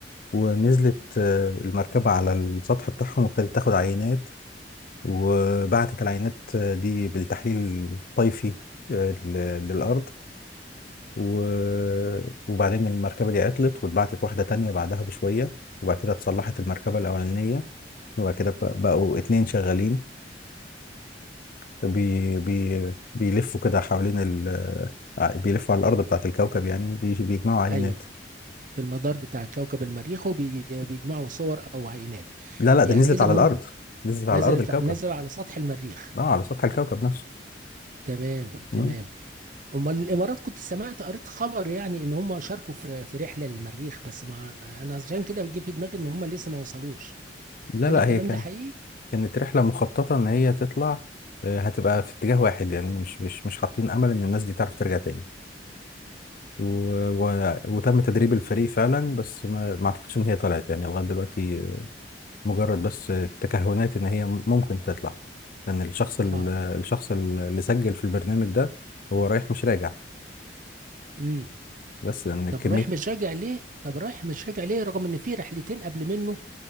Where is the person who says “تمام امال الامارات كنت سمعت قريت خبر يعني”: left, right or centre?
Right